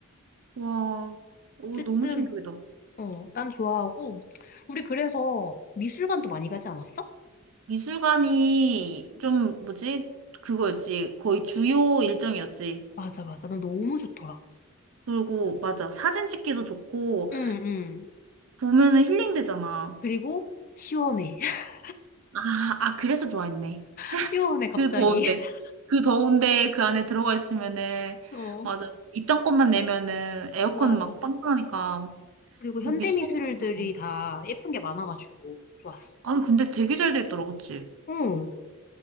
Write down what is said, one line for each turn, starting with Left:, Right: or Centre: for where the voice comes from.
Right: 와, 오,
Left: 어쨌든
Right: 너무 충격이다.
Left: 어, 난 좋아하고, 우리 그래서 미술관도 많이 가지 않았어?
Right: 미술관이 좀, 뭐지? 그거였지. 거의 주요 일정이었지.
Left: 맞아, 맞아. 난 너무 좋더라.
Right: 그리고, 맞아. 사진 찍기도 좋고,
Left: 응, 응.
Right: 보면은 힐링되잖아.
Left: 그리고 시원해. <laughs>
Right: 아, 아, 그래서 좋아했네.
Left: 시원해, 갑자기.
Right: 그 더운데.
Left: <laughs>
Right: 그 더운데 그 안에 들어가 있으면은,
Left: 어,
Right: 맞아. 입장권만 내면은 에어컨
Left: 맞아.
Right: 막 빵빵하니까,
Left: 그리고
Right: 그
Left: 현대미술들이
Right: 미소가 나.
Left: 다 예쁜 게 많아가지고 좋았어.
Right: 아니, 근데 되게 잘 돼 있더라, 그치?
Left: 응.